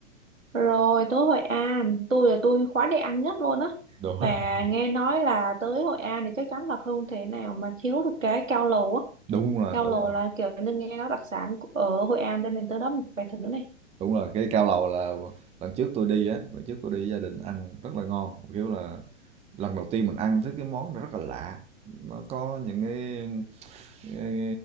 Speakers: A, on the right (about 85°); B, on the right (about 15°).
A: Rồi tới Hội An, tôi là tôi khóa đi ăn nhất luôn á.
B: đúng
A: Và
B: rồi <laughs>
A: nghe nói là tới Hội An thì chắc chắn là không thể nào mà thiếu được cái cao lầu á.
B: đúng rồi
A: Cao
B: đúng
A: lầu
B: rồi
A: là kiểu như nghe nói đặc sản của- ở Hội An cho nên tới đó mình phải thử này.
B: đúng rồi cái cao lầu là lần trước tôi đi á lần trước tôi đi với gia đình ăn rất là ngon kiểu là lần đầu tiên mình ăn thấy cái món nó rất là lạ nó có những cái cái,